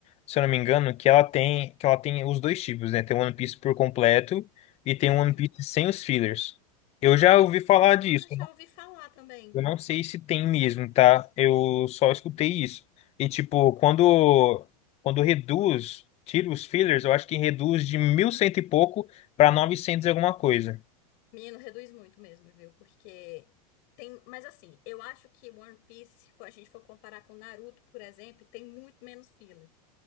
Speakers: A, on the left; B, on the left.
A: se eu não me engano, que ela tem que ela tem os dois tipos, né? Tem o One Piece por completo e tem o One
B: Hum.
A: Piece sem os fillers. Eu já ouvi falar disso.
B: Ah, já ouvi falar também.
A: Eu não sei se tem mesmo, tá? Eu só escutei isso. E tipo, quando quando reduz, tira os fillers, eu acho que reduz de 1100 e cem e pouco pra 900 e alguma coisa.
B: Menino, reduz muito mesmo, viu? Porque tem. Mas assim, eu acho que One Piece, se for- a gente for comparar com Naruto, por exemplo, tem muito menos filler.